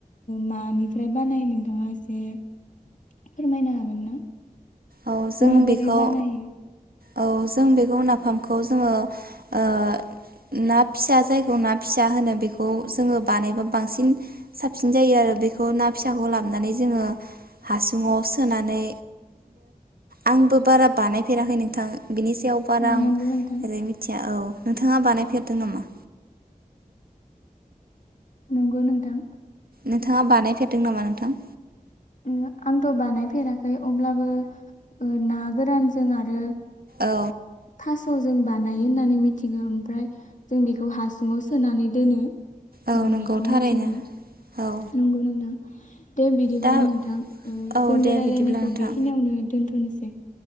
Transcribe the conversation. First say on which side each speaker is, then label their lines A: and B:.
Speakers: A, on the left (about 55°); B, on the right (about 85°).
A: मानिफ्राय बानायो नोंथाङा एसे फोरमायनो हागोन ना?
B: औ जों
A: माबोरै
B: बेखौ
A: बानायो
B: औ जों बेखौ नाफामखौ जोंङो ओ ना फिसा जायखौ ना फिसा होनो बेखौ जोंङो बानायबा बांसिन साबसिन जायो आरो बेखौ ना फिसाखौ लाबोनानै जोंङो हासुङाव सोनानै आंबो बारा बानायफेराखै नोंथां बिनि सायाव बार आं
A: नंगौ
B: ओरै
A: नोंथां
B: मिथिया औ नोंथाङा बानायफेरदों नामा?
A: नंगौ नोंथां
B: नोंथाङा बानायफेरदों नामा नोंथां?
A: ओ आंथ' बानायफेराखै अब्लाबो ओ ना गोरानजों आरो
B: औ
A: थास' जों बानायो होननानै मिथिगो ओमफ्राय जों बेखौ हासुङाव सोनानै दोनो।
B: औ नंगौ
A: बेखौ
B: थारैनो
A: मिथिगौ
B: औ
A: नंगौ नोंथां दे बिदिब्ला
B: दा
A: नोंथां
B: औ
A: जोंनि
B: दे
A: रायलायनायखौ
B: बिदिब्ला नोंथां
A: बेखिनियावनो दोन्थ'नोसै दे